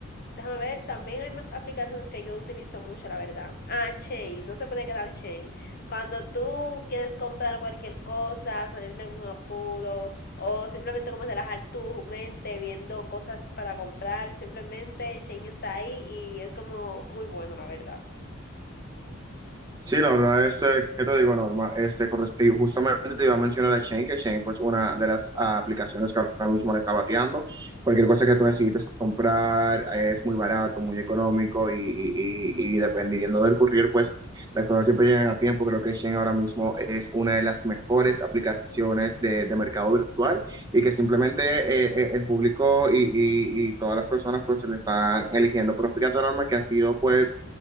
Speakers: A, on the left; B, on the right.
A: déjame ver, también hay más aplicaciones que yo utilizo mucho, la verdad. Ah, Chain, no se puede quedar Chain. Cuando tú quieres comprar cualquier cosa, salir de algún apuro o simplemente como relajar tu mente viendo cosas para comprar, simplemente Chain está ahí y es como muy bueno, la verdad.
B: Sí, la verdad, este, ¿qué te digo, Norma? Este, con justamente te iba a mencionar a Shane, que Shane pues una de las ah, aplicaciones que ahora mismo le está bateando. Cualquier cosa que tú necesites comprar eh, es muy barato, muy económico y, y, y- y dependiendo del courier, pues las cosas siempre llegan a tiempo. Creo que Shane ahora mismo es una de las mejores aplicaciones de, de mercado virtual y que simplemente eh, eh, el público y, y, y todas las personas pues se le están eligiendo. Pero fíjate, Norma, que ha sido pues